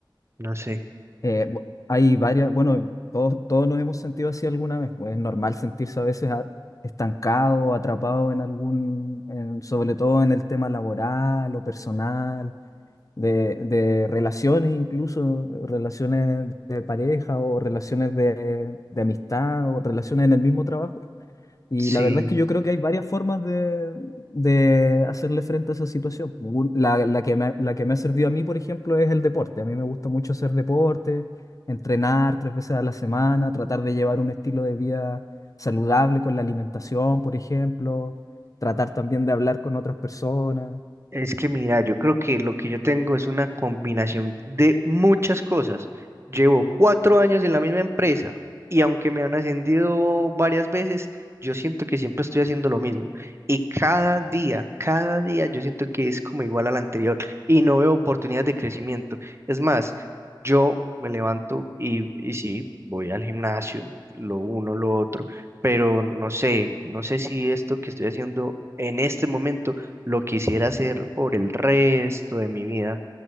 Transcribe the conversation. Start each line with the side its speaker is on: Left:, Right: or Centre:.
Right: no sé.
Left: Eh, bu- hay varias, bueno, todos, todos nos hemos sentido así alguna vez, pues es normal sentirse a veces a- estancado o atrapado en algún, en- sobre todo en el tema laboral o personal, de, de relaciones incluso, relaciones de pareja o relaciones de, de amistad o relaciones en el mismo trabajo. Y
Right: Sí.
Left: la verdad es que yo creo que hay varias formas de, de hacerle frente a esa situación. Un- La, la que me, la que me ha servido a mí, por ejemplo, es el deporte. A mí me gusta mucho hacer deporte, entrenar tres veces a la semana, tratar de llevar un estilo de vida saludable con la alimentación, por ejemplo, tratar también de hablar con otras personas.
Right: Es que mira, yo creo que lo que yo tengo es una combinación de muchas cosas. Llevo cuatro años en la misma empresa y aunque me han ascendido varias veces, yo siento que siempre estoy haciendo lo mismo. Y cada día, cada día yo siento que es como igual al anterior y no veo oportunidades de crecimiento. Es más, yo me levanto y, y sí, voy al gimnasio, lo uno, lo otro, pero no sé, no sé si esto que estoy haciendo en este momento lo quisiera hacer por el resto de mi vida.